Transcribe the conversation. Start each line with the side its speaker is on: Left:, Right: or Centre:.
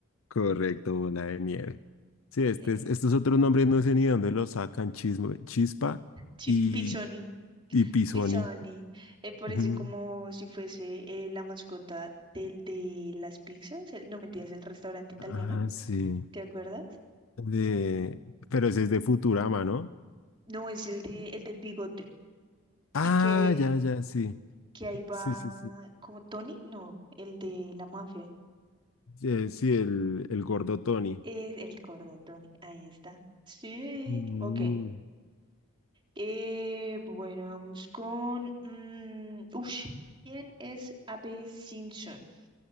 Left: Correcto, bola de nieve. Sí, este
Right: Eh,
Left: es- estos otros nombres no sé ni de dónde los sacan, Chismo- Chispa
Right: chis-
Left: y,
Right: pisoni.
Left: y Pisoni.
Right: Pisoni. Eh, parece
Left: Ujú.
Right: como si fuese eh, la mascota del de las pizzas. el- no mentiras, el restaurante italiano.
Left: Ah, sí.
Right: ¿Te acuerdas?
Left: De... Pero ese es de Futurama, ¿no?
Right: No, es el de el del bigote.
Left: Ah,
Right: Y que,
Left: ya, ya, sí.
Right: que ahí va
Left: Sí, sí, sí.
Right: como Tony. No, el de la mafia.
Left: Eh, sí, el, el gordo Tony.
Right: Es el cordotón, ahí está. Sí,
Left: Mm,
Right: ok. Eh, bueno, vamos con... mm, ush. ¿Quién es Abe Simpson?